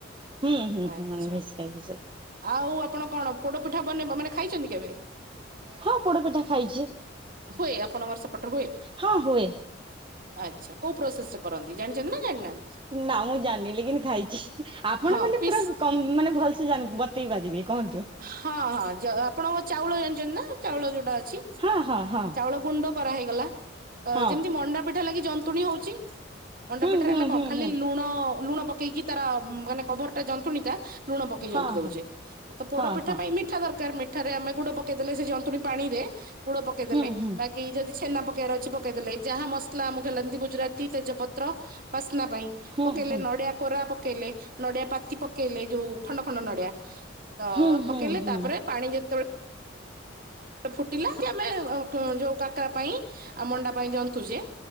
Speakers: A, on the right; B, on the right.
A: ହୁଁ ହୁଁ ହୁଁ
B: ଆଚ୍ଛା
A: ନନ୍ ଭେଜ୍‌ ଖାଇବେ ସେ।
B: ଆଉ ଆପଣ କଣ ପୋଡ଼ପିଠା ବନେଇବ ମାନେ ଖାଇଛନ୍ତି କେବେ।
A: ହଁ ପୋଡପିଠା ଖାଇଛି
B: ହୁଏ ଆପଣଙ୍କର ସେପଟ ହୁଏ।
A: ହଁ ହୁଏ
B: ଆଚ୍ଛା କୋଉ ପ୍ରୋସେସ କରନ୍ତି ଜାଣିଛନ୍ତି ନା ଜାଣିନାହାନ୍ତି।
A: ନା ମୁଁ ଜାଣିଲି କିନ୍ତି ଖାଇଛି ଆପଣ
B: ହଁ
A: ମାନେ
B: ପିସ୍
A: ପୁରା କ ମାନେ ଭଲ ସେ ତୁ ଜାଣିବୁ ବତେଇ ପାରିବି କହନ୍ତୁ।
B: ହଁ ହଁ ଜଗା ଆପଣଙ୍କ ଚାଉଳ ଜାଣିଛନ୍ତି ନା ଚାଉଳ ଯୋଉଟା ଅଛି।
A: ହଁ ହଁ ହଁ।
B: ଚାଉଳ ଗୁଣ୍ଡ କରା ହେଇଗଲା ତ
A: ହଁ
B: ଯେମତି ମଣ୍ଡା ପିଠା ଲାଗି ଜନ୍ତୁଣୀ ହଉଚି। ମଣ୍ଡା
A: ହୁଁ
B: ପିଠାରେ
A: ହୁଁ
B: ଆମେ କଣ
A: ହୁଁ
B: ଖାଲି
A: ହୁଁ
B: ଲୁଣ ଲୁଣ ପକେଇକି ତାର ମାନେ କଭର୍ ଟା ଜନ୍ତୁଣୀ ଟା ଲୁଣ ପକେଇ
A: ହଁ
B: ଦଉଚି
A: ହଁ
B: ତ ପୋଡପିଠା
A: ହଁ
B: ପାଇଁ ଏମି ମିଠା ଦରକାର ମିଠାରେ ଆମେ ଗୁଡ ପକେଇଦେଲେ ସେ ଯନ୍ତୁଣୀ ପାଣି ରେ ଗୁଡ ପକେଇଦେଲେ
A: ହଁ ହୁଁ ହୁଁ
B: ବାକି କି ଯଦି ଛେନା ପକେଇବାର ଅଛି ପକେଇ ଦେଲେ ଯାହା ମସଲା ଆମକୁ ହେଲେ ଯେନ୍ତି ଗୁଜୁରାତି ତେଜ ପତ୍ର ବାସ୍ନା ପାଇଁ। ପକେଇଲେ
A: ହୁଁ ହୁଁ
B: ନଡିଆ କୋରା ପକେଇଲେ ନଡିଆ ପାତି ପକେଇଲେ ଯଉ ଖଣ୍ଡ ଖଣ୍ଡ ନଡିଆ। ତ
A: ହୁଁ
B: ପକେଇଲେ
A: ହୁଁ ହୁଁ
B: ତାପରେ ପାଣି ଯଦି ଫୁଟିଲା କି ଆମେ ଙ୍କୁ ଯଉ କାକରା ପାଇଁ ଆଉ ମଣ୍ଡା ପାଇଁ ଜନ୍ତୁଚେ